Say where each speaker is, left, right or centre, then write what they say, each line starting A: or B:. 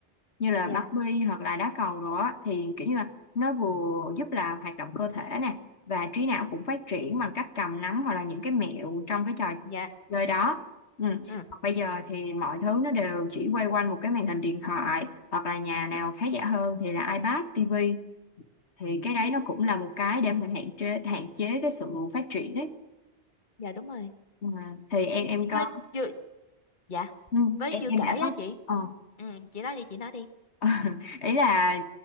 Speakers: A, on the left; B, on the left.
A: như là
B: dạ
A: bắn bi hoặc là đá cầu đó thì kiểu như là nó vừa giúp là hoạt động cơ thể nè và trí não cũng phát triển bằng cách cầm nắm hoặc là những cái mẹo trong cái trò
B: dạ
A: chơi đó ừ.
B: ừ
A: Bây giờ thì mọi thứ nó đều chỉ quay quanh một cái màn hình điện thoại hoặc là nhà nào khá giả hơn thì là iPad, TV thì cái đấy nó cũng là một cái để mình hạn chế hạn chế cái sự phát triển ấy
B: dạ đúng rồi
A: ừ. Thì em em có
B: với chưa dạ
A: ừ.
B: với
A: em
B: chưa kể
A: em đã
B: á
A: có
B: chị
A: ờ.
B: ừ chị nói đi chị nói đi
A: <laughs> ý là